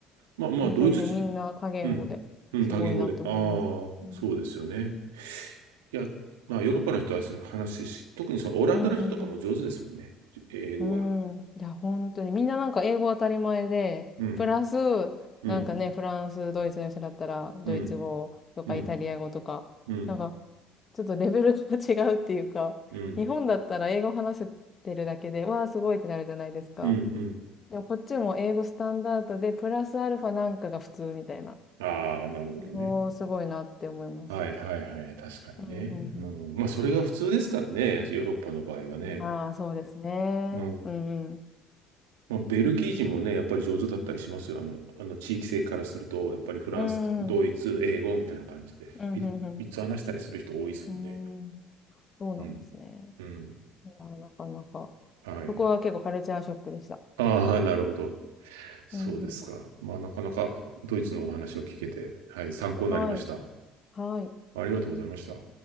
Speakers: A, on the right (about 80°); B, on the left (about 40°).
A: まあまあ、
B: ほんとにね、
A: ドイツ人。
B: みんな多言語で、
A: うん。うん、
B: すごいなって思います。
A: 多言語で。ああ、
B: うん。
A: そうですよね。いや、まあ、ヨーロッパの人はさ話し、特にそのオランダの人とかも上手ですもんね。
B: うん、うんう
A: 英語は。
B: ん。うん。いや、ほんとに、みんななんか英語当たり前で、
A: うん。
B: プラス、
A: うん。
B: なんかね、フランス、ドイツの人だったら、
A: うん。
B: ドイツ語とかイタリア語とか、
A: うん。うん。
B: なんか、ちょっとレベルが違うっていうか、
A: うん。
B: 日本だったら英語話せてるだけで、わあ、すごいってなるじゃないですか。
A: うん。うん。
B: でもこっちも英語スタンダードで、プラスアルファなんかが普通みたいな。
A: ああ、なるほどね。
B: もうすごいなって思います。
A: はいはいはい。確かにね。
B: うん、うんうん。
A: うん、まあ、それが普通ですからね。ヨーロッパの場合はね。
B: まあ、そうですね。
A: うん。
B: うんうん。
A: まあ、ベルギー人もね、やっぱり上手だったりしますよ。あの、あの地域性からすると、やっぱりフランス、
B: うんうん。
A: ドイツ、英語みたいな感じで、
B: うんうんうん。
A: み三つ話したりする人多いですもんね。
B: うんうん。そうなんですね。
A: うん。うん。
B: いや、なかなか。
A: はい。
B: そこは結構カルチャーショックでした。
A: ああ、なるほど。そうですか。
B: うんうん。
A: まあ、なかなかドイツのお話を聞けて、はい、参考になりました。
B: はい。はい。
A: ありがとうございました。